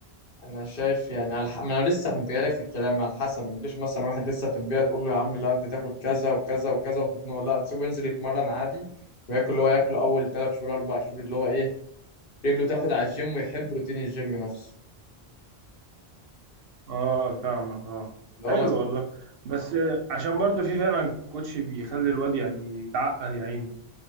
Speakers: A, on the left; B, on the right.
A: انا شايف يعني على ح... ما انا لسه كنت جاي في الكلام على حسب ما تجيش مثلا واحد لسه في البيئه تقول له يا عم لا انت تاكل كذا وكذا وكذا وتخنقه لا تسيبه ينزل يتمرن عادي وياكل اللي هو ياكله اول ثلاث شهور اربع شهور اللي هو ايه رجله تاخد على الجيم ويحب روتين الجيم نفسه
B: اه فاهمك اه
A: اللي
B: حلو
A: هو ما
B: والله بس عشان برضه في فعلا كوتش بيخلي الواد يعني يتعقد يا عيني